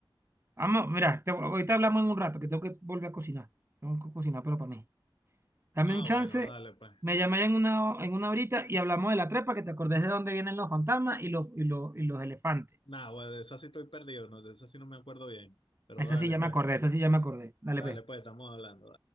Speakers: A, on the right; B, on the left.
A: Vamos, mira, te- ahorita hablamos en un rato, que tengo que volver a cocinar. Tengo que cocinar, pero para mí. Dame
B: Ah,
A: un chance,
B: bueno, dale pues.
A: me llamé en una, en una horita y hablamos de la trepa, que te acordés de dónde vienen los fantasmas y los, y los, y los elefantes.
B: Nada, pues de esa sí estoy perdido, no, de esa sí no me acuerdo bien. Pero
A: Esa
B: dale
A: sí ya
B: pues,
A: me acordé, esa sí ya me acordé. Dale,
B: dale
A: pues.
B: pues, estamos hablando.